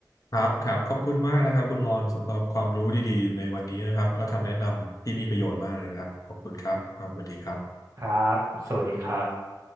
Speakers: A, on the left; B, on the right.
A: ครับครับขอบคุณมากนะครับคุณรอนสำหรับความรู้ดีๆในวันนี้นะครับและคำแนะนำที่มีประโยชน์มากเลยนะครับขอบคุณครับครับสวัสดีครับ
B: ครับสวัสดีครับ